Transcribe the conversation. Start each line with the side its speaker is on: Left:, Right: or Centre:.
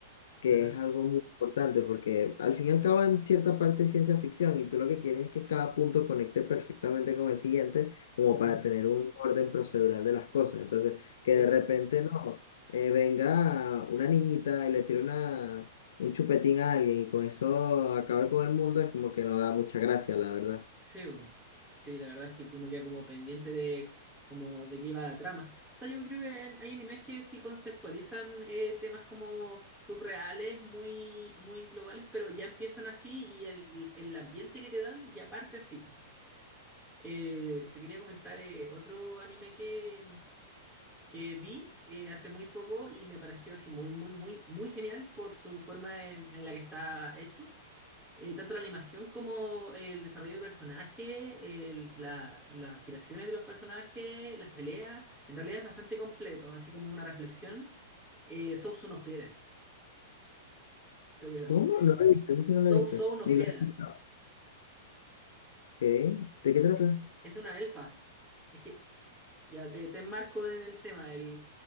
Left: que
Centre: Ajá.
Left: es algo muy importante porque al fin y al cabo en cierta parte es ciencia ficción y tú lo que quieres es que cada punto conecte perfectamente con el siguiente como
Centre: Ujú.
Left: para tener un orden procedural de las cosas. Entonces, que
Centre: Sí,
Left: de
Centre: po.
Left: repente no, eh, venga una niñita y le tire una, un chupetín a alguien y con eso acabe con el mundo es como que no da mucha gracia, la verdad.
Centre: Sí, bo. sí, la verdad es que uno queda como pendiente de como de qué iba la trama. O sea, yo creo que hay hay animes que sí contextualizan eh, temas como subreales, muy, muy globales, pero ya empiezan así y el, el ambiente que te dan ya parte así. po. Eh, te quería comentar eh, otro anime que, que vi eh, hace muy poco y me pareció así muy, muy, muy, muy genial por su forma en, en la que está hecho eh, tanto la animación como el desarrollo de personaje, el- la- las aspiraciones de los personajes, las peleas, en realidad es bastante completo, así como una reflexión. Eh, So So no Frieren, creo que ya la
Left: ¿Cómo?
Centre: viste.
Left: No lo he visto, eso sí
Centre: So
Left: no lo he visto.
Centre: So no
Left: Ni
Centre: Frieren,
Left: lo he escuchado. Ok, ¿De qué trata?
Centre: eh, es de una elfa. Es que Ya te, te enmarco en el tema. El,